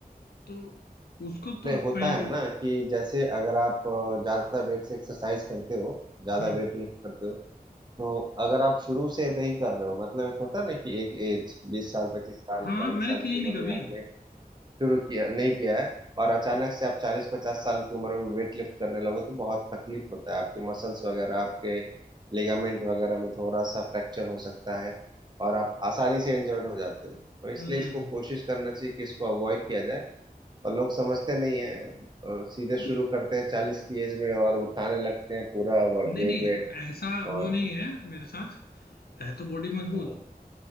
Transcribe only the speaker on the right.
अरे
होता
है ना कि जैसे अगर आप अ, ज्यादा वेट से एक्सरसाइज करते हो ज्यादा
वेट लिफ्ट करते हो तो अगर आप शुरू से नहीं कर रहे हो मतलब एक होता है ना कि एक एज बीस साल पच्चीस साल
बाईस
साल
की
उम्र
में आपने शुरू किया नहीं किया है और अचानक से आप चालीस पचास साल की उम्र में वेट लिफ्ट करने लगो तो बहुत तकलीफ होता है आपके मसल्स वगैरह आपके लिगामेंट वगैरह में थोड़ा सा फ्रैक्चर हो सकता है और आप आसानी से इंजर्ड हो जाते हो तो इसलिए
इसको कोशिश करना चाहिए कि इसको अवॉइड किया जाए और लोग समझते नहीं है और सीधे शुरू
करते हैं चालीस की एज में और उठाने लगते हैं पूरा वेट
वेट
और
हम्म,